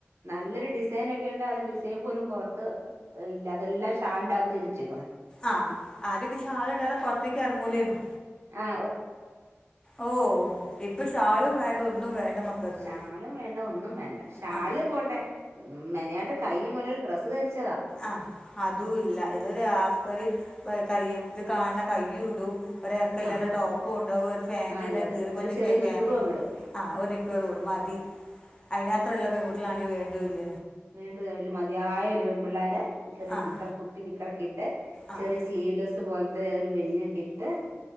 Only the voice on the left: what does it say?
ആഹ് ആരൊക്കെഷാള ഇണ്ടതെ പൊറത്തേക്ക് ഇറങ്ങൂലേന്നു
ഓ ഇപ്പൊ ഷാളും
വേണ്ട ഒന്നും വേണ്ട മക്കൾക്ക്
ആ
ആഹ് അതും ഇല്ല ഏതൊരു <unintelligible> കൈ ഇത് കാണണ കൈ്യ ഇടും ഒ ഇറക്കല്ലാത്ത
ടോപ്പും ഉണ്ടാവും ഒരു ഫാൻറ്
ഉണ്ടാവ
കീറി പോഞ്ഞ
ഫാറ്
ഉണ്ടും
ആ് ഒരു നിക്കറോടും മതി അതിന് മാത്രല്ല പെൺകുട്ട ക്കളാണ്ങ്ക വേണ്ട ഇല്ല
ആ
ആ